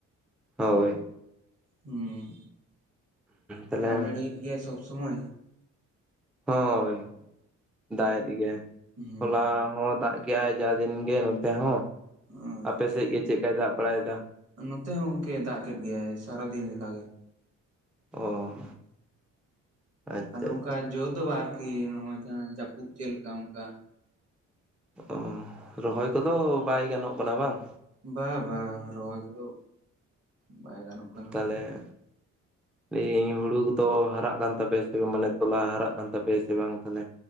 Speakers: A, in the centre; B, on the right (about 55°).
A: ᱦᱳᱭ᱾
B: ᱦᱩᱸ᱾
A: ᱛᱟᱦᱞᱮ
B: ᱫᱟᱜ ᱫᱟᱹᱲᱤᱭᱮᱫ ᱜᱮᱭᱟᱭ ᱥᱚᱵᱽ ᱥᱚᱢᱚᱭ᱾
A: ᱦᱳᱭ, ᱫᱟᱜ ᱮᱫ ᱜᱮᱭᱟᱭ,
B: ᱦᱩᱸ
A: ᱦᱚᱞᱟ ᱦᱚᱸ ᱫᱟᱜ ᱜᱮᱭᱟᱭ ᱡᱟ ᱫᱤᱱ ᱜᱮ ᱱᱚᱛᱮ ᱦᱚᱸ,
B: ᱟᱪᱪᱷᱟ
A: ᱟᱯᱮᱥᱮᱜ ᱜᱮ ᱪᱮᱜᱠᱟᱭ ᱫᱟᱜ ᱵᱟᱲᱟᱭ ᱫᱟ?
B: ᱱᱚᱛᱮ ᱦᱚᱸ ᱜᱚᱝᱠᱮ ᱫᱟᱜ ᱠᱮᱫ ᱜᱮᱭᱟᱭ, ᱥᱟᱨᱟᱫᱤᱱ ᱞᱮᱠᱟᱜᱮ᱾
A: ᱚ, ᱟᱪᱪᱷᱟ
B: ᱟᱫᱚ ᱚᱱᱠᱟ
A: ᱟᱪᱪᱷᱟ
B: ᱡᱳᱨ ᱫᱚ ᱵᱟᱝ ᱟᱨᱠᱤ ᱱᱚᱜᱼᱚᱭ ᱡᱟᱦᱟᱸ ᱡᱟᱹᱯᱩᱫ ᱪᱮᱫ ᱞᱮᱠᱟ ᱚᱝᱠᱟ᱾
A: ᱚ, ᱨᱚᱦᱚᱭ ᱠᱚᱫᱚ ᱵᱟᱭ ᱜᱟᱱᱚᱜ ᱠᱟᱱᱟ ᱵᱟᱝ?
B: ᱵᱟ ᱵᱟᱝ, ᱨᱚᱦᱚᱭ ᱠᱚᱫᱚ, ᱵᱟᱭ ᱜᱟᱱᱚᱜ ᱠᱟᱱᱟ᱾
A: ᱛᱟᱞᱦᱮ, ᱤᱧ, ᱦᱩᱲᱩ ᱠᱚᱫᱚ ᱦᱟᱨᱟᱜ ᱠᱟᱱ ᱛᱟᱯᱮᱭᱟ ᱥᱮ ᱵᱟᱝ? ᱢᱟᱱᱮ ᱛᱚᱞᱟ ᱦᱟᱨᱟᱜ ᱠᱟᱱ ᱛᱟᱯᱮᱭᱟ ᱥᱮ ᱵᱟᱝ ᱛᱟᱦᱞᱮ?